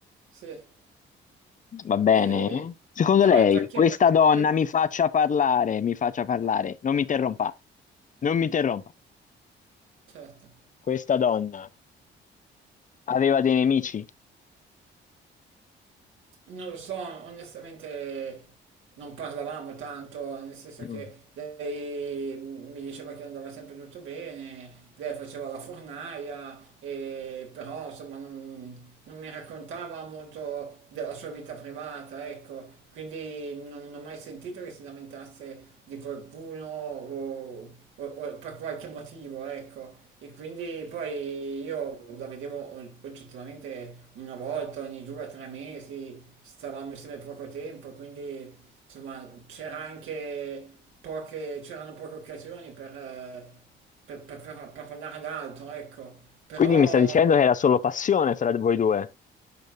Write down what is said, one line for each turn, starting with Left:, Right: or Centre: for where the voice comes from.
Right: sì.
Left: Va bene?
Right: E-
Left: Secondo
Right: però
Left: lei,
Right: è perché...
Left: questa donna
Right: per-
Left: mi faccia parlare, mi faccia parlare, non mi interrompa, non mi interrompa.
Right: Certo.
Left: Questa donna. aveva dei nemici.
Right: Non lo so, onestamente non parlavamo tanto, nel senso
Left: Mm.
Right: che lei mi diceva che andava sempre tutto bene, lei faceva la fornaia, e- però insomma non, non mi raccontava molto della sua vita privata, ecco, quindi non, non ho mai sentito che si lamentasse di qualcuno o, o- o per qualche motivo, ecco. E quindi poi io la vedevo o- oggettivamente una volta ogni due o tre mesi, cui stavamo insieme poco tempo, quindi insomma c'era anche poche, c'erano poche occasioni per, eh, per, per- per- per parlare ad altro, ecco. Però
Left: Quindi mi sta dicendo che era solo passione fra voi due. Io-